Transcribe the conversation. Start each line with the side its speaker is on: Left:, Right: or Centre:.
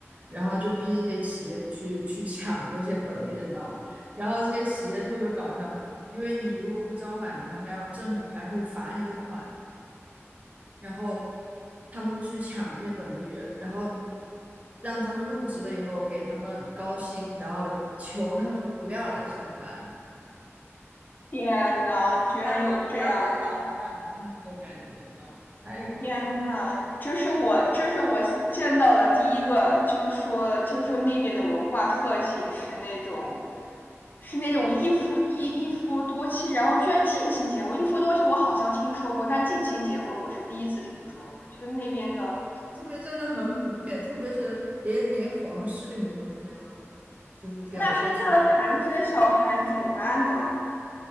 Right: 然后就逼这些企业去去抢这些本地人，你知道吧？然后这些企业特别搞笑，因为你如果不招满的话，他要政府还会罚你的款，然后他们就去抢这些本地人，然后让他们入职了以后给他们高薪，然后求他们不要来上班，
Left: 天呐，居然有这样的！
Right: 让他们不要来捣蛋，就是那种感觉，你知道吗？太搞笑了。
Left: 天呐，这是我这是我见到的第一个，就是说就是说那边的文化特性是那种。是那种一夫一一夫多妻，然后居然近亲结婚。一夫多妻我好像听说过，但近亲结婚我是第一次听说过。就是那边的，
Right: 这边真的很普遍，特别是连连皇室里面都是这样子的，就是表哥去
Left: 那生下了残疾的小孩怎么办呢？